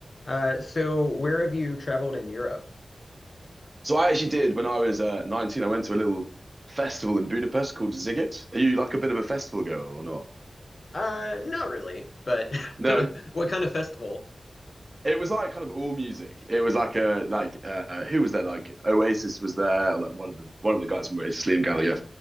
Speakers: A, on the left (about 55°); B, on the right (about 35°).
A: Uh, so where have you traveled in Europe?
B: So I actually did when I was uh, 19. I went to a little festival in Budapest called Ziget. Are you like a bit of a festival girl or not?
A: Uh, not really, but <laughs>
B: No.
A: what kind of festival?
B: It was like kind of all music. It was like a like uh who was there? Like Oasis was there, or like one of the one of the guys from Oasis, Liam Gallagher.